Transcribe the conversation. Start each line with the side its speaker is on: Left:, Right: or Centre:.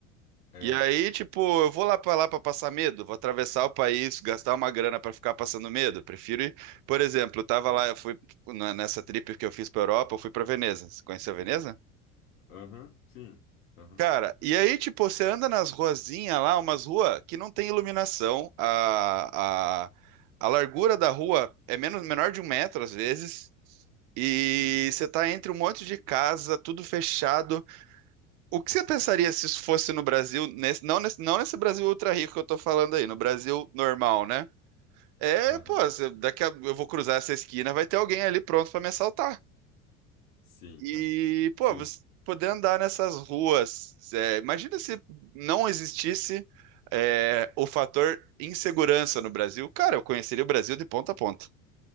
Left: É,
Right: E aí, tipo, eu vou lá pra lá pra passar medo, vou atravessar o país, gastar uma grana pra ficar passando medo. Prefiro ir, por exemplo, eu tava
Left: é.
Right: lá, eu fui tipo, na- nessa trip que eu fiz pra Europa, eu fui pra Veneza. Você conheceu Veneza?
Left: Aham, sim. Aham,
Right: Cara, e aí, tipo, você anda nas ruazinhas lá, umas ruas que não tem iluminação, a, a, a largura da rua é menos, menor de um metro às vezes. E
Left: sim.
Right: você tá entre um monte de casa, tudo fechado. O que você pensaria se isso fosse no Brasil, nesse- não, nesse, não nesse Brasil ultra rico que eu tô falando aí, no Brasil normal, né? É,
Left: Aham,
Right: pô, você- daqui a, eu vou cruzar essa esquina, vai ter alguém ali pronto pra me assaltar.
Left: sim,
Right: E,
Left: cara.
Right: pô,
Left: Sim.
Right: você poder andar nessas ruas, é, imagina se não existisse, é, o fator insegurança no Brasil. Cara, eu conheceria o Brasil de ponta a ponta.